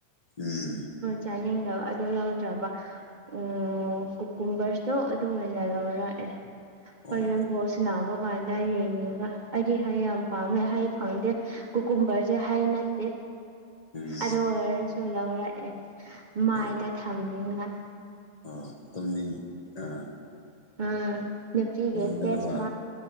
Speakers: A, on the left; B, on the right.
A: ꯎꯝ
B: ꯆꯥꯅꯤꯡꯗꯕ ꯑꯗꯣ ꯂꯧꯗ꯭ꯔꯥꯕ ꯎꯝ ꯀꯨ ꯀꯨꯝꯕꯔꯁꯇꯣ ꯑꯗꯨ ꯑꯣꯏꯅ ꯂꯧꯔꯛꯑꯦ ꯍꯣꯔꯦꯟ
A: ꯑꯣ
B: ꯕꯣꯜ ꯁꯥꯟꯅꯕ ꯗꯨꯀꯥꯟꯗ ꯌꯦꯡꯅꯤꯡꯕ ꯑꯩꯗꯤ ꯍꯩ ꯌꯥꯝ ꯄꯥꯝꯃꯦ ꯍꯩ ꯐꯪꯗꯦ ꯀꯨꯀꯨꯝꯕꯔꯁꯦ ꯍꯩ ꯅꯠꯇꯦ
A: ꯎꯝ
B: ꯑꯗꯨ ꯑꯣꯏꯔꯁꯨ ꯂꯧꯔꯛꯑꯦ ꯃꯥꯏꯗ
A: ꯑꯣ
B: ꯊꯝꯅꯤꯡꯉꯥꯏ
A: ꯑꯣ ꯇꯨꯝꯅꯤꯡ ꯑꯥ
B: ꯑꯥ ꯅꯨꯄꯤꯒꯤ
A: ꯇꯨꯝꯗꯅꯕ
B: ꯐꯦꯁ ꯃꯥꯛ